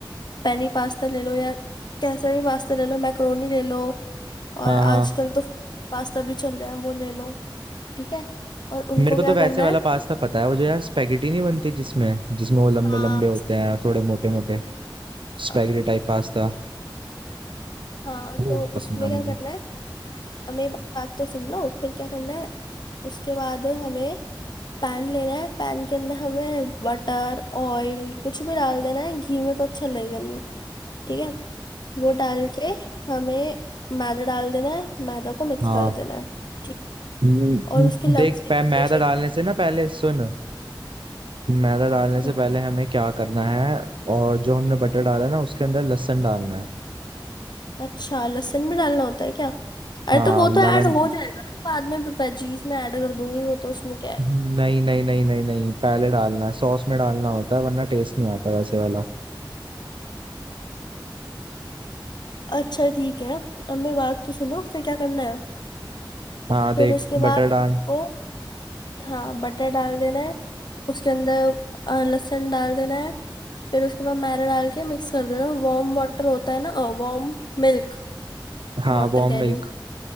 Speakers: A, on the left; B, on the right.
A: पेनी पास्ता ले लो या कैसा भी पास्ता ले लो मैक्रोनी ले लो और
B: हाँ
A: आजकल
B: हाँ
A: तो पास्ता भी चल रहे हैं वो ले लो ठीक है और उनको
B: मेरे को
A: क्या
B: तो वैसे
A: करना
B: वाला
A: है
B: पास्ता पता है वो जो यार स्पेगेटी नहीं बनती जिसमें जिसमें वो लंबे
A: हाँ
B: लंबे
A: हाँ
B: होते हैं थोड़े मोटे मोटे Spaghetti
A: हाँ
B: type pasta
A: हाँ,
B: वो बहुत
A: तो
B: पसंद
A: उसमें
B: है
A: क्या
B: मुझे
A: करना है हमें बात तो सुन लो फिर क्या करना है उसके बाद हमें पैन लेना है पैन के अंदर हमें बटर ऑयल कुछ भी डाल देना है घी में तो अच्छा लगेगा नहीं ठीक है वो डाल के हमें मैदा डाल देना है मैदा को मिक्स
B: हाँ
A: कर देना है ठीक
B: हम्म,
A: और उसके लम्स
B: देख
A: नहीं
B: पै-
A: पड़ने
B: मैदा
A: चाहिए
B: डालने से ना पहले सुन मैदा डालने से
A: हम्म
B: पहले हमें क्या करना है और जो हमने बटर डाला है ना उसके अंदर लहसुन डालना है
A: अच्छा लहसुन भी डालना होता है क्या अरे
B: हाँ
A: तो वो तो
B: लेमन
A: ऐड हो जाएगा ना बाद में वेजीज में ऐड कर दूंगी वो तो उसमें क्या है
B: नहीं नहीं नहीं नहीं नहीं पहले डालना है सॉस में डालना होता है वरना टेस्ट नहीं आता वैसे वाला
A: अच्छा ठीक है अब मेरी बात तो सुनो फिर क्या करना है
B: हाँ
A: फिर
B: देख
A: उसके बाद
B: बटर डाल
A: आपको हाँ बटर डाल देना है उसके अंदर अ, लहसुन डाल देना है फिर उसके बाद मैदा डाल के मिक्स कर देना वार्म वाटर होता है ना वार्म मिल्क
B: हाँ
A: वाटर
B: वार्म
A: कह रही
B: मिल्क
A: हूँ